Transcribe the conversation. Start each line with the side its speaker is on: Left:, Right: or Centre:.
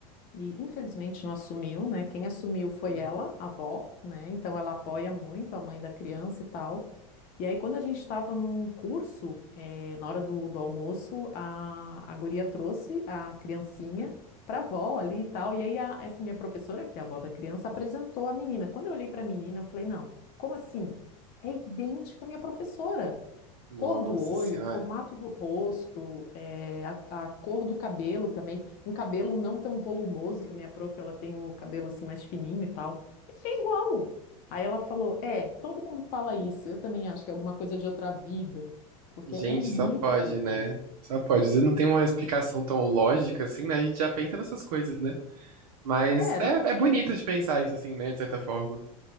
Left: E infelizmente não assumiu, né? Quem assumiu foi
Right: Uhum.
Left: ela, a avó, né? Então ela apoia muito a mãe da criança e tal. E aí, quando a gente estava num curso, eh, na hora do, do almoço, a, a guria trouxe a criancinha para a avó ali e tal. E aí, a- essa minha professora, que é a avó da criança, apresentou a menina. Quando eu olhei para a menina, eu falei: não, como assim? É idêntica à minha professora.
Right: Nossa
Left: Cor do olho,
Right: senhora.
Left: formato do rosto, eh, a, a cor do cabelo também. Um cabelo não tão volumoso, que a minha prof, ela tem o cabelo assim mais fininho e tal. É igual. Aí ela falou: É, todo mundo fala isso. Eu também acho que é alguma coisa de outra vida, porque
Right: Gente,
Left: é muito
Right: só pode,
Left: parecido.
Right: né? Só pode.
Left: Uhum.
Right: Às vezes não tem uma explicação tão lógica assim, né? A gente já pensa nessas coisas, né? Mas
Left: É, era
Right: é,
Left: pra ser.
Right: é bonito de pensar isso assim, né? De certa forma.